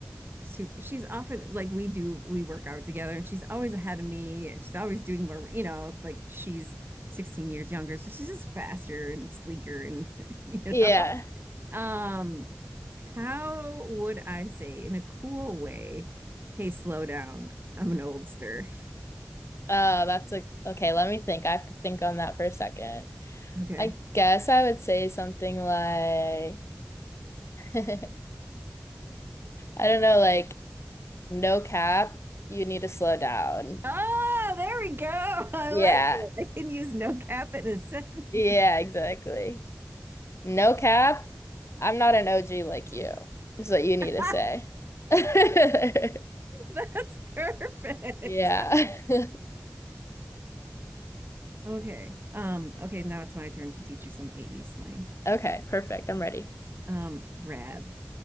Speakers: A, on the right; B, on the left.
A: super, she's often like we do, we work out together and she's always ahead of me. and She's always doing more, you know, it's like she's 16 years younger, so she's just faster and sleeker and <laughs> you
B: Yeah.
A: know. Um, how would I say in a cool way, hey, slow down. I'm an oldster.
B: Uh, that's a okay, let me think. I have to think on that for a second.
A: Okay.
B: I guess I would say something like, <laughs> I don't know, like, no cap, you need to slow down.
A: Oh, there we go. <laughs> I
B: Yeah.
A: like it. I can use no cap in a sentence.
B: Yeah, exactly. No cap, I'm not an OG like you, is what you need
A: <laughs>
B: to say. <laughs>
A: That's perfect.
B: Yeah.
A: <laughs>
B: <laughs>
A: Okay. Um, okay, now it's my turn to teach you some 80s slang.
B: Okay, perfect. I'm ready.
A: Um, rad.